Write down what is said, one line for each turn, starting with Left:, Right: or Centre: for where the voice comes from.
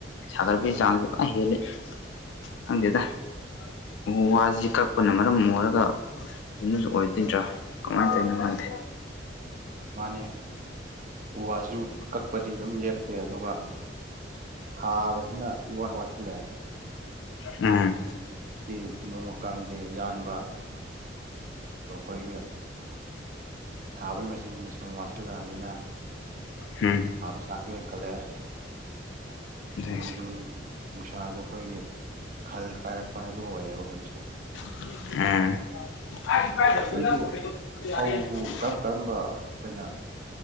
Left: ꯁꯥꯒꯠꯄꯒꯤ
Right: ꯎꯝ
Left: ꯆꯥꯡ ꯖꯨ ꯐꯖꯅ ꯍꯦꯜꯂꯦ ꯈꯪꯗꯦꯗ ꯎ ꯋꯥꯖꯤ ꯀꯛꯄꯅ ꯃꯔꯝ ꯑꯣꯏꯔꯒ ꯑꯁꯤꯅꯁꯨ ꯑꯣꯏꯗꯣꯏꯗ꯭ꯔꯥ ꯀꯃꯥꯏ ꯇꯧꯔꯤꯅꯣ ꯈꯪꯗꯦ
Right: ꯃꯥꯅꯦ ꯎ ꯋꯥꯖꯨ ꯀꯛꯄꯗꯤ ꯑꯗꯨꯝ ꯂꯦꯞꯇꯦ ꯑꯗꯨꯒ ꯊꯥꯕꯁꯤꯅ ꯏꯋꯥꯠ ꯋꯥꯠꯁꯤꯜꯂꯦ
Left: ꯎꯝ
Right: ꯗꯤ ꯅꯣꯡꯃ ꯀꯥꯡꯗꯦ ꯌꯥꯟꯕ ꯑꯩꯈꯣꯏꯒꯤ ꯊꯥꯕꯒꯤ ꯃꯁꯤꯡꯁꯤꯅ ꯁꯨꯝ ꯋꯥꯠꯁꯤꯜꯂꯛꯑꯃꯤꯅ
Left: ꯎꯝ
Right: ꯊꯥꯕ ꯆꯥꯡꯖꯨ ꯍꯦꯟꯀꯠꯂꯛꯑꯦ
Left: ꯑꯗꯨꯅꯤꯁꯦ
Right: ꯅꯣꯡꯖꯨ ꯅꯨꯡ ꯅꯨꯡꯁꯥꯖꯨ ꯑꯩꯈꯣꯏꯒꯤ ꯈꯜ ꯀꯥꯏꯔꯛꯄ ꯍꯥꯏꯗꯣ ꯑꯣꯏꯔꯦꯕ ꯍꯧꯖꯤꯛꯁꯦ
Left: ꯎꯝ <unintelligible>
Right: ꯅꯣꯏꯒꯤ ꯐꯧꯕꯨ ꯀꯔꯝ ꯀꯔꯝꯕ ꯑꯣꯏꯅ